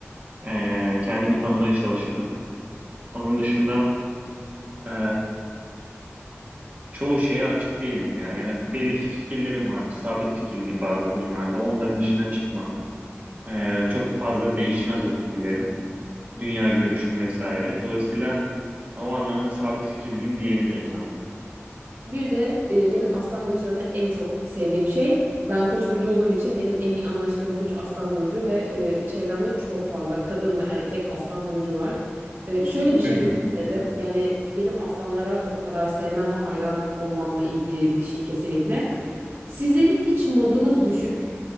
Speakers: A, on the right (about 35°); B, on the right (about 55°).
A: Ee, kendimi tanımaya çalışırım. Onun dışında ee, çoğu şeye açık değilim ya. Yani belli fikirlerim vardı. Sabit fikirliyim bazı konularda. Onların dışına çıkmam. Ee, çok fazla değişmez o fikirlerim. dünya görüşüm vesaire. Dolayısıyla o anlamda sabit fikirliyim diyebilirim sana.
B: Bir de e, benim aslan burçlarına en çok sevdiğim şey ben koç burcu olduğum için benim en iyi anlaştığım burç aslan burcu ve e, çevremde çok fazla kadın ve erkek aslan burcu var. E, şöyle bir şey
A: Hı hı.
B: gözlemledim. Yani benim aslanlara bu kadar sevmem ve hayran olmamla ilgili bir şey kesinlikle. Sizi hiç modunuz düşük,